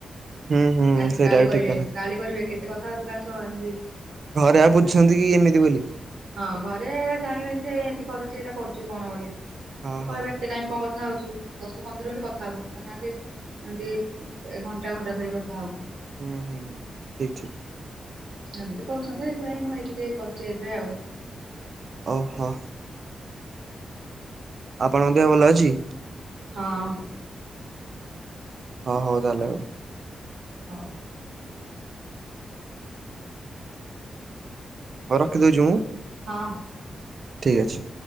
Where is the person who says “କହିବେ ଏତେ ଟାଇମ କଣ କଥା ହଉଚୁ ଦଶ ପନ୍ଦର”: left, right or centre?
Right